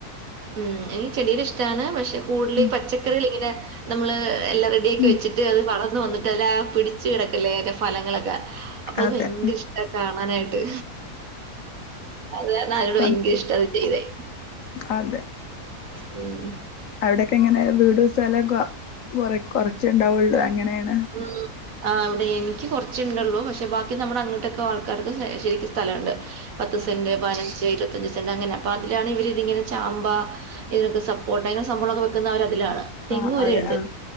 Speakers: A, on the right; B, on the left.
A: ഉം എനിക്ക് ചെടികള് ഇഷ്ട്ടാണ് പക്ഷെ കൂടുതൽ
B: ഉം
A: ഈ പച്ചക്കറികൾ ഇങ്ങനെ. നമ്മള് എല്ലാം റെഡിയാക്കി
B: ഉം
A: വെച്ചിട്ട് അത് വളർന്ന് വന്നിട്ട്. ഇതല പിടിച്ച കിടക്കലേ അയിന്റെ ഫലങ്ങളൊക്കെ അപ്പൊ അത്
B: അതെ
A: ഭയങ്കര ഇഷ്ട കാണാനായിട്ട്. അത
B: ഉം
A: അയിനോട് ഭയങ്കര ഇഷ്ട അത് ചെയ്തെ.
B: അതെ.
A: ഉം.
B: അവിടെക്കെ എങ്ങനെ വീട് സ്ഥലൊകൊ കൊറ, കൊറച്ച ഉണ്ടാവുള്ളു എങ്ങനെണ്.
A: ഉം ആഹ് ഇവിടെ എനിക്ക് കുറച്ചുണ്ടള്ളൂ പക്ഷെ ബാക്കി നമ്മുടെ അങ്ങോട്ടൊക്കെ ആൾക്കാർക്ക് ശരിക്കും സ്ഥലണ്ട്. പത്ത്
B: ആ
A: സെന്റ്, പതിനഞ്ച്, ഇരുപത്തഞ്ച് സെന്റ് അങ്ങനെ അപ്പം അതിലാണ് ഇവരിതിങ്ങനെ ചാമ്പ. ഇങ്ങനത്തെ സപ്പോർട്ട ഇങ്ങനെ സംഭവങ്ങളൊക്കെ വെക്കുന്നവര് അതിലാണ്. തെങ്ങ്
B: ആഹ്
A: വരെ
B: അതെ
A: ഉണ്ട്
B: ആഹ്.